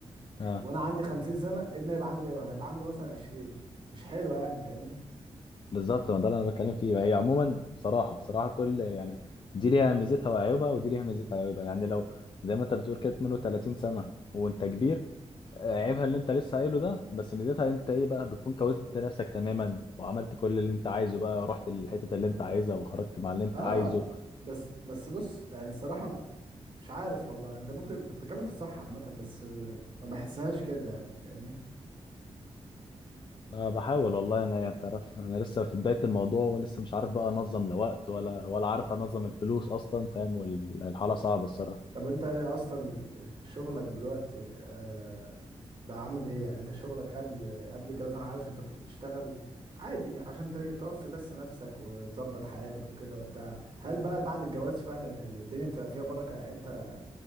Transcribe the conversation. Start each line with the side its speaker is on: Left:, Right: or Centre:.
Left: آه.
Right: وانا عندي 50 سنه ابني هيبقى عندي هيبقى عنده مثلا 20 مش حلو يعني فاهمني
Left: بالظبط ما ده اللي انا بتكلم فيه هي عموما بصراحه بصراحه كل يعني دي ليها ميزتها وعيوبها ودي ليها ميزتها وعيوبها يعني لو زي ما انت بتقول كده 32 سنه وانت كبير آه، عيبها اللي انت لسه قايله ده بس ميزتها انت ايه بقى بتكون كوزت نفسك تماما وعملت كل اللي انت عايزه بقى رحت للحتت اللي انت عايزها وخرجت مع اللي انت
Right: اه
Left: عايزه
Right: بس بس بص يعني الصراحه مش عارف والله انت ممكن انت بتتكلم في الصح عامه بس ب- ما بحسهاش كده يعني فاهمني
Left: انا بحاول والله انا يعني تعرف انا لسه في بدايه الموضوع ولسه مش عارف بقى انظم لا وقت ولا ولا عارف انظم الفلوس اصلا فاهم والحاله صعبه الصراحه
Right: طب انت ايه اصلا ال- شغلك دلوقتي آه بقى عامل ايه يعني انت شغلك قبل قبل الجواز انا عارف انت كنت بتشتغل عادي عشان ت- توفي بس نفسك وتظبط حياتك وكده وبتاع هل بقى بعد الجواز فعلا ال- الدنيا بتبقى فيها بركة يعني انت